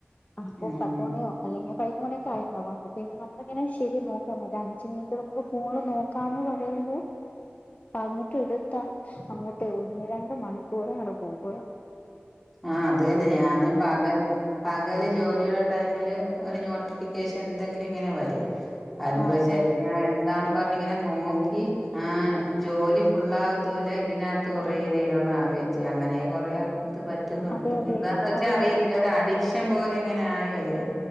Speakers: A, on the left; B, in the centre.
A: അപ്പോ
B: ഉം
A: പത്ത് മണിയോ അല്ലെങ്കി പയി നൊന്ന് മണിയൊക്കെ ആയിരുന്നു അപ്പൊ പിന്ന നമ്മളിങ്ങനെ ശെ രി നോക്കാം ഒരു അഞ്ച് മിനിറ്റ് നമുക്ക് ഫോണ് നോ- കാന്ന് പറയുമ്പോൾ പറഞ്ഞിട്ട് എടുത്താ അങ്ങോട്ട് ഒന്ന് രണ്ട് മണിക്കൂർ അങ്ങട്ട് പോവ
B: ആഹ് അത് തന്നെ ഞാനും പാകല്ല പകല് ജോലിയുടെ ടൈമില് ഒരു നോട്ടിഫിക്കേഷൻ ന്തെങ്കിലും ങ്ങനെ വരും അരുമ്പോ
A: ആ
B: വിവിചാരിക്കുംആ
A: ആ
B: അത് എന്താന്ന് പറഞ്ഞിങ്ങനെ നോക്കി ആ ജോലി ഫുള്ളാവാതും ഇല്ല്യ ഇതിനകത്ത് കൊറേ നേരം ആവുകയും ചെയ്യാം അങ്ങനെ കൊറേ അ- <unintelligible> പറ്റു ന്നുണ്ട്
A: അതെ അതെ
B: എന്താന്ന് വച്ചാൽ
A: അതെ
B: അറിയത്തില്ല
A: അതെ
B: ഒരു അഡിക്ഷൻ പോലെ ങ്ങനെ ആയി വര-